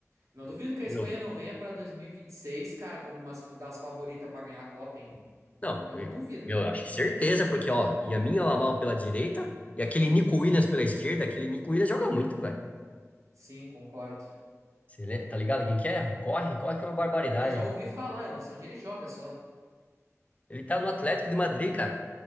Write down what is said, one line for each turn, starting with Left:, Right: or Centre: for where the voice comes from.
Right: Não duvido que a
Left: Meu,
Right: Espanha não venha pra 2026, cara, como uma das favoritas pra ganhar a Copa, hein?
Left: Não,
Right: Não
Left: eu,
Right: duvido.
Left: eu acho que certeza, porque, ó, Yamin Yamal pela direita e aquele Nico Williams pela esquerda, aquele Nico Williams joga muito, velho.
Right: Sim, concordo.
Left: Você lem- tá ligado quem que é? Corre, corre que é uma barbaridade.
Right: Eu já ouvi falar, eu não sei onde ele joga só.
Left: Ele tá no Atlético de Madrid, cara.